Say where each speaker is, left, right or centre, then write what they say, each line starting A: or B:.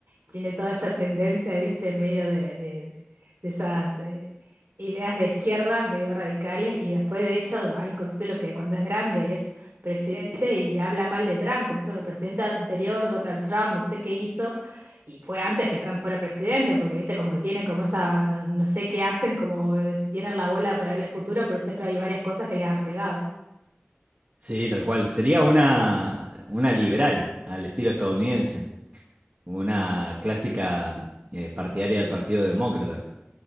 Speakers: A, on the right (about 70°); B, on the right (about 45°).
A: tiene toda esa tendencia, viste, en medio de, de- de- de esas eh, ideas de izquierda, medio radicales, y después, de hecho, hay un capítulo que cuando es grande es presidente y habla mal de Trump, como diciendo, el presidente anterior, Donald Trump, no sé qué hizo y fue antes que Trump fuera presidente, porque viste como que tienen como esa, no, no sé qué hacen, como eh, si tienen la bola para ver el futuro, pero siempre hay varias cosas que les han pegado.
B: Sí, tal cual. Sería una, una liberal al estilo estadounidense. una clásica eh, partidaria del Partido Demócrata,